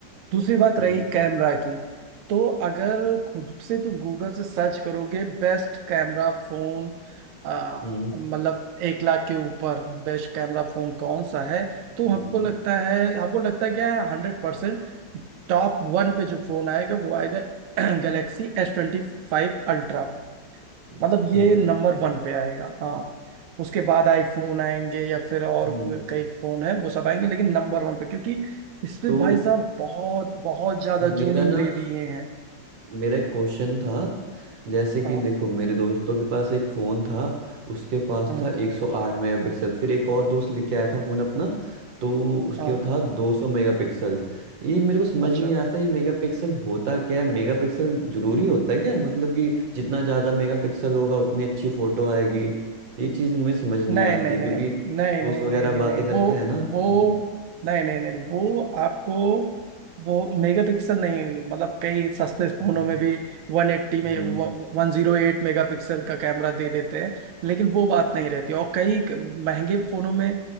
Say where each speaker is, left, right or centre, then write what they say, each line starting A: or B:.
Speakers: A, on the right; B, on the right.
A: दूसरी बात रही
B: हम्म
A: कैमरा की तो अगर खुद से तुम गूगल से सर्च करोगे बेस्ट कैमरा फोन आ,
B: हम्म,
A: मतलब एक लाख के ऊपर बेस्ट कैमरा फोन कौन सा है तो
B: हम्म,
A: हमको लगता है हमको लगता है क्या है हंड्रेड परसेंट टॉप वन पे जो फोन आएगा वो आएगा <clears throat> Galaxy S twenty five ultra
B: अच्छा
A: मतलब ये नंबर वन पे आएगा हाँ उसके बाद आईफोन आएंगे या फिर और
B: हम्म,
A: कई फोन है वो सब आएंगे लेकिन नंबर वन पे क्योंकि इसमें
B: तो
A: भाई साहब बहुत बहुत ज्यादा
B: मेरा
A: जूमिंग
B: ना
A: दे दिए हैं
B: मेरा एक क्वेश्चन था जैसे कि
A: हाँ
B: देखो मेरे दोस्तों के पास एक फ़ोन था उसके पास
A: हम्म,
B: था 108 मेगापिक्सल फिर एक और दोस्त लेके आया था फ़ोन अपना तो उसके
A: हाँ
B: था 200 मेगापिक्सल ये मेरे को समझ
A: अच्छा
B: नहीं आता ये मेगापिक्सल होता क्या है मेगापिक्सल ज़रूरी होता है क्या मतलब कि जितना ज़्यादा मेगापिक्सल होगा उतनी अच्छी फ़ोटो आएगी ये चीज़ मुझे समझ नहीं
A: नहीं
B: आती
A: नहीं
B: है
A: नहीं
B: क्योंकि
A: नहीं
B: दोस्त
A: नहीं
B: वगैरह
A: नहीं नहीं
B: बातें
A: नहीं
B: करते
A: वो
B: हैं ना हम्म
A: वो नहीं नहीं नहीं वो आपको वो मेगापिक्सल नहीं मतलब कई सस्ते फोनों
B: हम्म
A: में भी वन एट्टी में
B: हम्म
A: वन जीरो एट मेगापिक्सल का कैमरा दे देते हैं लेकिन वो बात नहीं रहती और कई क- महंगे फोनों में